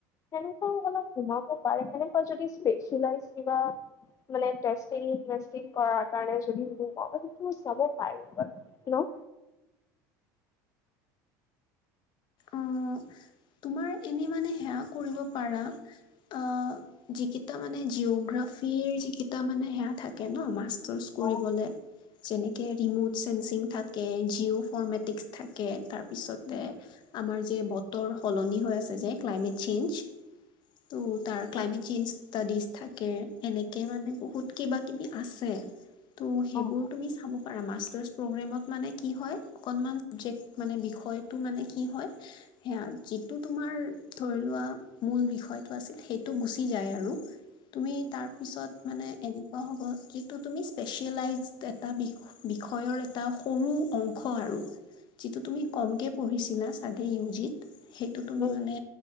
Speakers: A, on the left (about 35°); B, on the left (about 50°).
A: সেনেকুৱাও <unintelligible> সোমাব পাৰে সেনেকুৱা যদি স্পেচিয়েলাইচ কিবা মানে তেছটিং, মেচটিং কৰাৰ কাৰণে যদি <unintelligible> সেইটো যাব পাৰিম বাৰু। হেল্ল', <inaudible>
B: অ তোমাৰ এনে মানে সেয়া কৰিব পাৰা অ যিকেইটা মানে জিঅগ্ৰাফিৰ যিকেইটা মানে সেয়া থাকে ন মাছ- টৰ্চ কৰিবলে,
A: উম
B: যেনেকৈ ৰিম'ট চেংসিং ঠাক কে জিঅও ফৰৰ্মেটিক্স থাকে, তাৰপিছতে
A: উম
B: আমাৰ যে বতৰ সলনি হৈ আছে যে, ক্লাইমেট চেঞ্জ। তোত' তাৰ ক্লাইমেট চেঞ্জ ষ্টাডিছ থাকে, এনেকে মানে বহুত কিবা কিবি আছে। ত সেইবোৰ
A: উম
B: তুমি চাব পাৰা মাষ্টাৰছ প্ৰগ্ৰেমত মানে কি হয় অকনমান জেক্ মানে বিষয়টো মানে কি হয়, সেয়া যিটো তোমাৰ ধৰি লোৱা মূল বিষয়টো আছিল সেইটো গুচি যায় আৰু। তুমি তাৰপিছত মানে এনেকুৱা হ'ব যিটো তুমি স্পেচিয়েলাইজ এটা বি বিষয়ৰ এটা সৰু অংশ আৰু যিটো তুমি কমকে পঢ়িছিলা চাগে ইউজিত সেইটো তুমি
A: উম
B: মানে